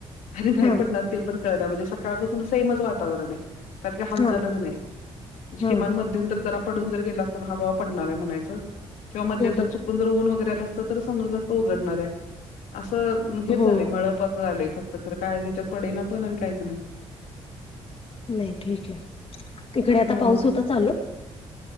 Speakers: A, on the left; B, on the left.
A: आणि नाही
B: हा
A: पडणार ते पण कळंना म्हणजे सकाळपासून सेमच वातावरण आहे. त्यात काय हालचालच
B: हा
A: नाही, म्हणजे
B: हा
A: किमान
B: हम्म
A: मध्यंतरी जरा पडून जर गेला असता तर हा बाबा पडणार हाय म्हणायचं किंवा मध्यंतर
B: हम्म
A: चू कुन जर ऊन वगैरे आलं असतं, तर समजलं असतं उघडणार आहे. असं हेच
B: हो
A: झालंय मळपाचं आलंय, फक्त खरं काय त्याच्यात पडेना पण आणि कायच नाय.
B: नाही ठीक आहे, तिकडे आता
A: हो
B: पाऊस होता चालू?